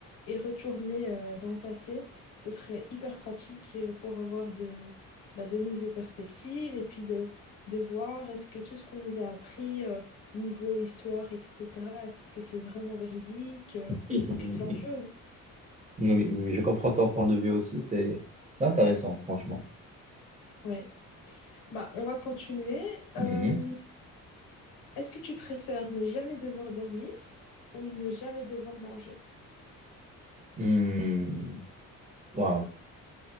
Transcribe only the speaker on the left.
et retourner euh, dans le passé, ce serait hyper pratique euh, pour avoir de, bah, de nouveaux perspectives et puis de, de voir est-ce que tout ce qu'on nous a appris euh, niveau histoire, etc., est-ce que c'est vraiment véridique euh,
et puis plein de choses.
Ouais. Bah, on va continuer. Euh,
Est-ce que tu préfères ne jamais devoir dormir ou ne jamais devoir manger?